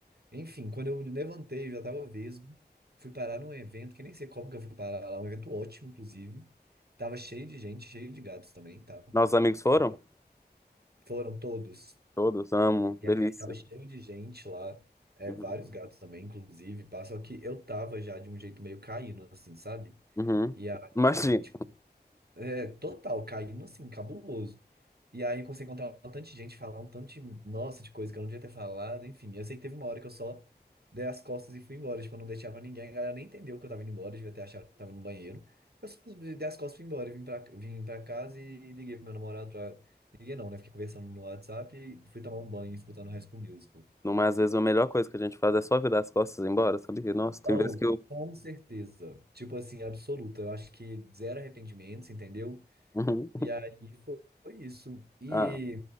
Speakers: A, on the right (about 65°); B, on the left (about 15°).
A: enfim, quando eu levantei, eu já tava vesgo. Fui parar num evento, que nem sei como que eu fui parar lá, um evento ótimo, inclusive. Tava cheio de gente, cheio de gatos também, tá?
B: Nossos amigos foram?
A: Mas foram todos.
B: Todos amo, delícia.
A: E aí tava cheio de gente lá, é,
B: Uhum.
A: vários gatos também, inclusive, pá. Só que eu tava já de um jeito meio caindo, assim, sabe?
B: Uhum.
A: E aí,
B: Imagina.
A: tipo, é, total, caindo assim, cabuloso. E aí eu comecei a encontrar um tanto de gente, falar um tanto de, nossa, de coisa que eu não devia ter falado, enfim. Eu sei que teve uma hora que eu só dei as costas e fui embora, tipo, eu não deixava pra ninguém, a galera nem entendeu que eu tava indo embora, devia ter achado que eu tava indo no banheiro. Eu só dei as costas e fui embora, e vim pra, vim pra casa e liguei pro meu namorado pra... Liguei não, né? Fiquei conversando no WhatsApp e fui tomar um banho escutando High School Musical.
B: Não, Às vezes a melhor coisa que a gente faz é só virar as costas e ir embora, sabia? Nossa, tem
A: Oh,
B: vezes que eu.
A: com certeza. Tipo assim, absoluta. Eu acho que zero arrependimentos, entendeu?
B: Uhum.
A: E aí foi foi isso. E
B: Ah,